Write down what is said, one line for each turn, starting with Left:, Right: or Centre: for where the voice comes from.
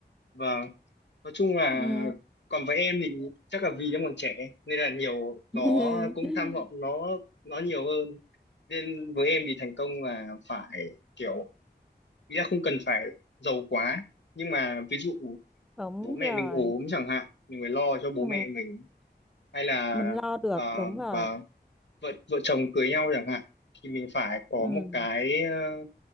Left: và nói chung là
Centre: ừ.
Left: còn với em thì chắc là vì em còn trẻ nên là nhiều nó
Centre: <laughs>
Left: cũng tham vọng nó nó nhiều hơn. Nên với em thì thành công là phải kiểu Ý là không cần phải giàu quá nhưng mà ví dụ
Centre: đúng
Left: bố mẹ
Centre: rồi
Left: mình ốm chẳng hạn mình phải lo cho bố
Centre: ừ.
Left: mẹ mình hay là
Centre: mình lo được
Left: uh,
Centre: đúng rồi
Left: vợ vợ chồng cưới nhau chẳng hạn thì mình phải có
Centre: ừ.
Left: một cái ờ,